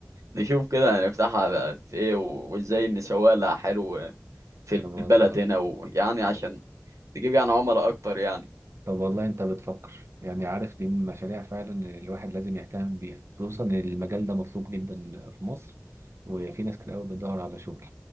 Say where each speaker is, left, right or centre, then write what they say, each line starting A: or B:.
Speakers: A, on the right; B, on the right.
A: نشوف كده نفتحها بقى في ايه و- وازاي نسوق لها حلو في
B: <laughs> طب والله
A: البلد هنا ويعني عشان نجيب يعني عملاء اكتر يعني
B: طب والله انت بتفكر يعني عارف دي من المشاريع فعلا اللي الواحد لازم يهتم بيها خصوصا ان المجال ده مطلوب جدا في مصر وفي ناس كتير قوي بتدور على شغل